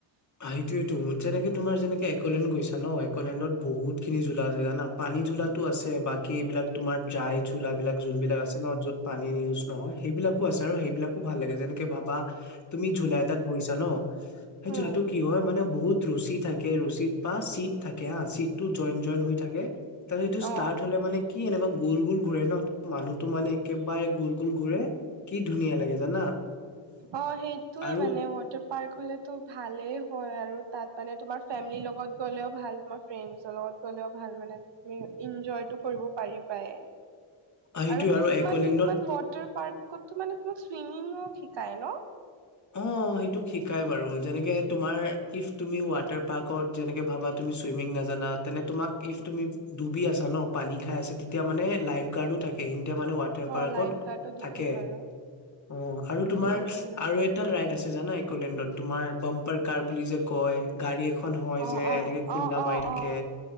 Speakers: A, on the left (about 35°); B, on the right (about 60°).
A: অ সেইটোৱেতো তো যেনেকে তোমাৰ যেনেকে একলেণ্ড গৈছা ন, একলেণ্ডত বহুত খিনি জোলা আছে জানা পানী জুন, জুলাইতো আছে। বাকী এইবিলাক টো তোমাৰ চাইজ- ঝোলাবিলাক যোনবিলাক আছে ন য'ত পানী ইউজ নহয়, সেইবিলাকো আছে আৰু সেইবিলাকো ভাল লাগেছে। যেনেকে ভাবা তুমি ঝুলাই এটাত বহিছা ন সেই
B: উম।
A: ঝোলাটো কি হয় মানে বহুত ৰচী থাকে ৰচীত বা চিট থাকে হা চিট টো জইন জইন হৈ থাকে তাৰপিছত ইটো ষ্টাৰ্ট
B: অ
A: হলে মানে কি এনেকোৱা গোল গোল ঘূৰে ন মানুহটো মানে একেবাৰে গোল গোল ঘূৰে কি ধুনীয়া লাগে জানা।
B: অ সেইটোয়ে
A: আৰু
B: মানে ৱাটাৰ পাৰ্ক হলেতো ভালেই হয় আৰু তাত মানে তোমাৰ ফেমিলিৰ লগত গ'লেও ভাল। তোমাৰ ফ্ৰেণ্ডছৰ লগত গ'লেও ভাল মানে। উম্ ইঞ্জয়টো কৰিব পাৰিবাই।
A: অ', সেইটো
B: আৰু কিছুমান
A: একলেণ্ডত
B: কিছুমান ৱাটাৰ পাৰ্কতো মানে তোমাক চুইমিং শি কাই ন
A: অ সেইটো শিকাই বাৰু যেনেকে তোমাৰ, ইফ তুমি ৱাটাৰ পাৰ্কত যেনেকে ভাবা তুমি চুইমিং নাজানা তেনে তোমাক ইফ তুমি ডুবি আছা ন পানী খাই আছে তেতিয়া মানে লাইফ গাৰ্ডো থাকে এতিয়া মানে ৱাটাৰ
B: অ
A: পাৰ্কত
B: লাইফ গাৰ্ডো দি
A: থাকে
B: দিয়ে বাৰু
A: অ আৰু তোমাৰ
B: উম উম
A: আৰু এটা ৰাইড আছে জানা একলেণ্ডত। তোমাৰ বাম্পাৰ কাৰ বুলি যে কয় গাড়ী এখ খন হয়
B: অ
A: যে
B: অ
A: এনেকে খুন্দা
B: অ অ
A: মাৰি থাকে
B: অ